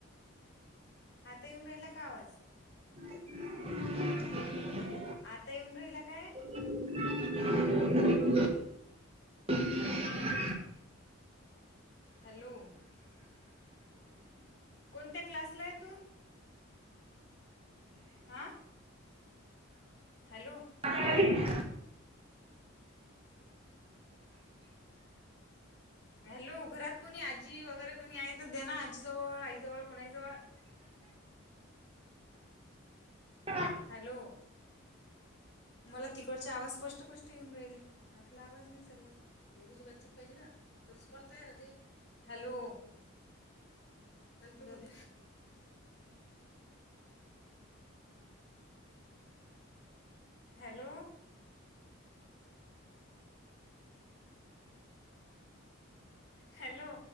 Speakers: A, on the left (about 55°); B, on the right (about 30°).
A: आता येऊन राहिला का आवाज.
B: <unintelligible>
A: आता येऊन राहिला काय?
B: <unintelligible>
A: हॅलो. कोणत्या क्लासला आहे तू? हा. हॅलो.
B: <unintelligible>
A: हॅलो. घरात कोणी आजी वगैरे कोणी आहे तर दे ना आजीजवळ आईजवळ कोणाही जवळ.
B: <unintelligible>
A: हॅलो, मला तिकडचे आवाज स्पष्टपष्ट येऊन राहिले. आपला आवाज नाही चालला. दोघींची बातचीत पाहिजे ना. तर कॉल तयार राहते. Hello, hello, hello, hello,